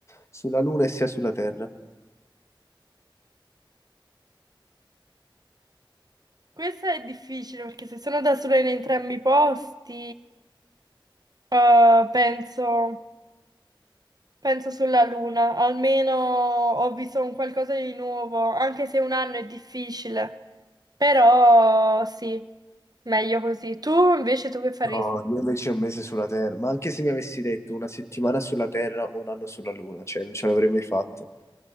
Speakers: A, on the left (about 35°); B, on the right (about 50°).
A: sulla Luna e sia sulla Terra.
B: Questo è difficile, perché se sono da sola in entrambi i posti, eh, penso, penso sulla luna. Almeno ho visto un qualcosa di nuovo, anche se un anno è difficile. Però sì, meglio così. Tu invece tu che faresti?
A: No, io invece un mese sulla Terra, ma anche se mi avessi detto una settimana sulla Terra o un anno sulla Luna, cioè non ce l'avrei mai fatto.